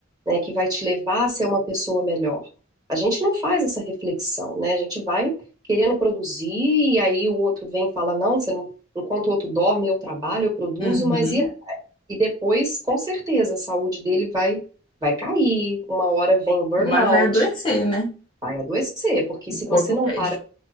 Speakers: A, on the right (about 20°); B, on the left (about 25°).
A: né? Que vai te levar a ser uma pessoa melhor. A gente não faz essa reflexão, né? A gente vai querendo produzir e aí o outro vem e fala, não, você não... Enquanto o outro dorme, eu trabalho, eu produzo,
B: Uhum.
A: mas e, e depois, com certeza, a saúde dele vai vai cair, uma hora vem o burnout,
B: Uma hora vai adoecer, né?
A: Vai adoecer, porque
B: O
A: se
B: corpo
A: você não
B: pede
A: para